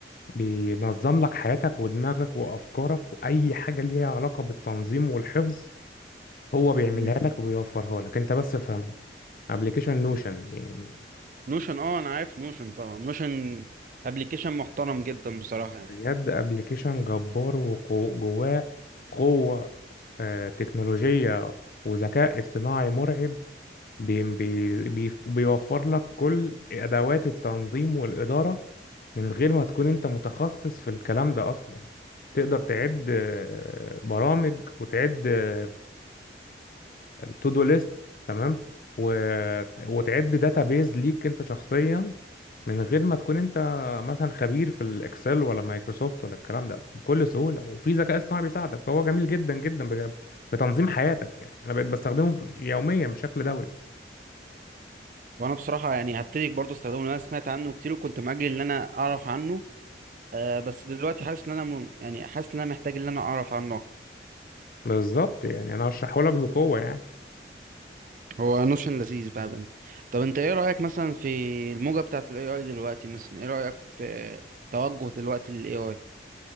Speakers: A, on the left (about 50°); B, on the right (about 45°).
A: بينظم لك حياتك ودماغك وأفكارك وأي حاجة ليها علاقة بالتنظيم والحفظ هو بيعملها
B: مم.
A: لك وبيوفرها لك أنت بس افهمه ابلكيشن نوشن يعني
B: نوشن اه انا عارف نوشن طبعا نوشن ابلكيشن محترم جدا بصراحه يعني
A: بجد ابلكيشن جبار وجواه قوة آه، تكنولوجية وذكاء اصطناعي مرعب بي بي بي بيوفر لك كل أدوات التنظيم والإدارة من غير ما تكون أنت متخصص في الكلام ده أصلا تقدر تعد آه، برامج وتعد آه، تو دو ليست تمام و... وتعد داتا بيز ليك انت شخصيا من غير ما تكون انت مثلا خبير في الاكسل ولا مايكروسوفت ولا الكلام ده بكل سهوله وفي ذكاء اصطناعي بيساعدك فهو جميل جدا جدا بج- في تنظيم حياتك يعني انا بقيت بستخدمه يوميا بشكل دوري
B: وانا بصراحه يعني هبتدي برضه استخدمه لأن انا سمعت عنه كتير وكنت مأجل ان انا اعرف عنه آه بس دلوقتي حاسس ان انا م... يعني حاسس ان انا محتاج ان انا اعرف عنه اكتر
A: بالظبط يعني انا هشرحه لك بقوه يعني
B: هو نوشن لذيذ بقى بنت طب انت ايه رأيك مثلا في الموجة بتاعة الاي اي دلوقتي مثلا ايه رأيك في توجه دلوقتي للاي اي